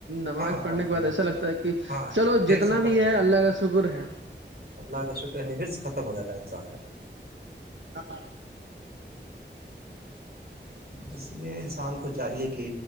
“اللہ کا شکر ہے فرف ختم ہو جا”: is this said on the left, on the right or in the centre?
Right